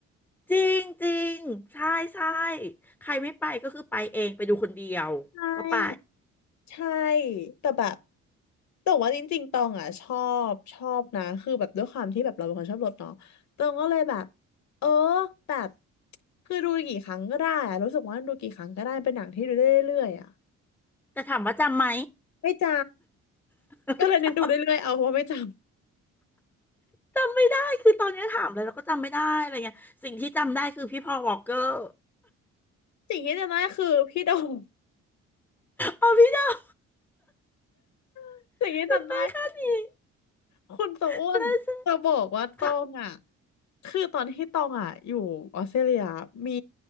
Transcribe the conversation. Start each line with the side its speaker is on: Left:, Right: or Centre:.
Centre: <laughs> จริงจริงใช่ใช่ใครไม่ไปก็คือไปเองไปดูคนเดียวก็ไป
Left: ใช่ ใช่แต่แบบแต่ว่าจริงๆตองอ่ะชอบชอบนะคือแบบด้วยความที่แบบเราเป็นคนชอบรถเนาะตองก็เลยแบบเออแบบคือดูกี่ครั้งก็ได้อะรู้สึกว่าดูกี่ครั้งก็ได้เป็นหนังที่ดูได้เรื่อยๆอ่ะ
Centre: แต่ถามว่าจำไหม
Left: ไม่จ
Centre: <laughs>
Left: ำก็เลยเน้นดูเรื่อยๆเอาเพราะไม่จ
Centre: ไม่จำ จำไม่ได้คือตอนนี้ถามเลยแล้วก็จำไม่ได้อะไรเงี้ยสิ่งที่จำได้คือพี่พอลวอลกเกอร์
Left: ำสิ่งที่จำได้คือพี่โดง
Centre: อ๋อพี่ดาว
Left: <laughs> สิ่งที่จำได้
Centre: จำได้แค่นี้
Left: คุณโตอ้นจะบอกว่าตองอ่ะ
Centre: ใช่ใช่ค่ะ
Left: คือตอนที่ตองอ่ะอยู่ออสเตรเลียมี